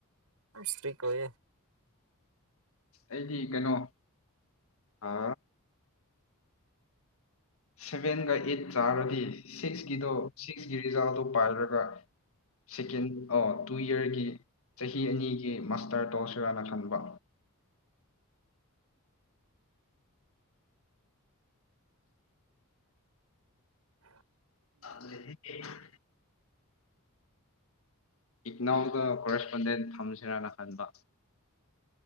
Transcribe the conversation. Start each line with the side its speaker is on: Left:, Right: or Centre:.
Right: ꯁ꯭ꯔꯤꯛ ꯋꯦ
Left: ꯑꯩꯗꯤ ꯀꯩꯅꯣ ꯑ ꯁꯚꯦꯟꯒ ꯑꯩꯠ ꯆꯥꯔꯗꯤ ꯁꯤꯛꯁꯀꯤꯗꯣ ꯁꯤ ꯔꯤꯖꯥꯜ ꯗꯣ ꯄꯥꯏꯔꯒ ꯁꯦꯀꯦꯟ ꯇꯨ ꯏꯌꯥꯔꯒꯤ ꯆꯍꯤ ꯑꯅꯤꯒꯤ ꯃꯥꯁꯇꯔ ꯇꯣ ꯁꯤꯔꯥꯅ ꯈꯟꯕ
Right: ꯑ <inaudible>
Left: ꯑꯗꯨ <inaudible> ꯏꯛꯅꯥꯎꯗ ꯀꯣꯔꯦꯁꯄꯣꯟꯗꯦꯟ ꯊꯝꯁꯤꯔꯅ ꯈꯟꯕ